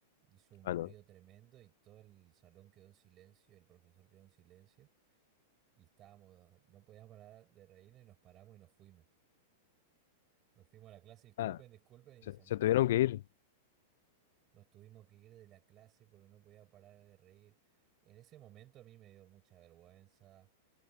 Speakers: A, on the right (about 35°); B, on the left (about 70°).
A: hizo un
B: Ah,
A: ruido
B: no.
A: tremendo y todo el salón quedó en silencio, el profesor quedó en silencio y estábamos, no podíamos parar de reírnos y nos paramos y nos fuimos. Nos fuimos a la clase, disculpen,
B: Ah,
A: disculpen y
B: se,
A: salimos
B: se tuvieron
A: de clase.
B: que ir.
A: Nos tuvimos que ir de la clase porque no podía parar de reír. En ese momento a mí me dio mucha vergüenza.